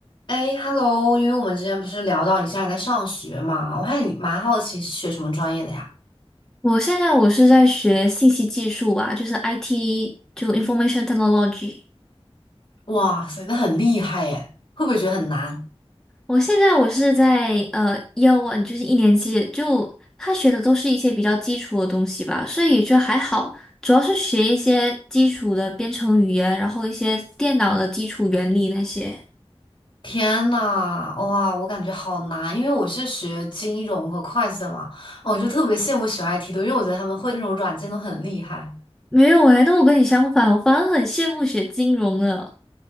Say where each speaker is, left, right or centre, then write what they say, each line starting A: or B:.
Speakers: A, on the left (about 50°); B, in the centre.
A: 哎，Hello，因为我们之前不是聊到你现在在上学嘛，我还你蛮好奇是学什么专业的呀？
B: 我现在我是在学信息技术啊，就是 IT，就 Information Technology。
A: 哇塞，那很厉害耶，会不会觉得很难？
B: 我现在我是在呃 y e a One，就是一年级，就他学的都是一些比较基础的东西吧，所以也就还好。主要是学一些基础的编程语言，然后一些电脑的基础原理那些。
A: 天呐，哇，我感觉好难，因为我是学金融和会计的嘛，哦我就特别羡慕学 IT 的，因为我觉得他们会那种软件都很厉害
B: 没有哎，那我跟你相反，我反而很羡慕学金融的，